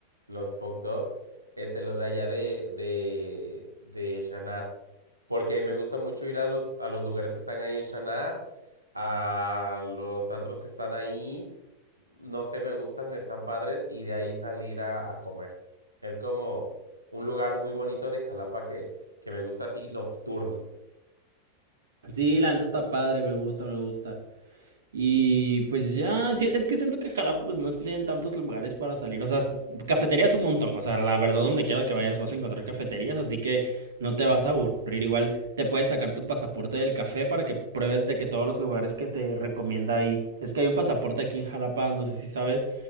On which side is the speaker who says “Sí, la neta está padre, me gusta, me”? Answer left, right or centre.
Right